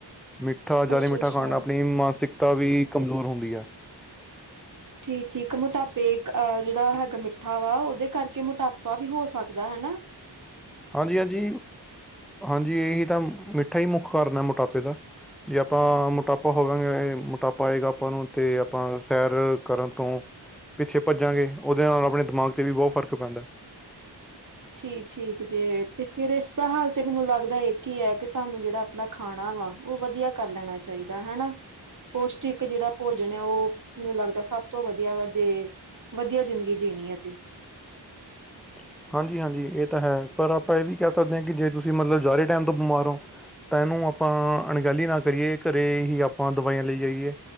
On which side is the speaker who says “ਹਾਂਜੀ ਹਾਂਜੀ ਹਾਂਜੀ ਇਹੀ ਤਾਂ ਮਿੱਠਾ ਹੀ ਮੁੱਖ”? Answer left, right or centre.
Centre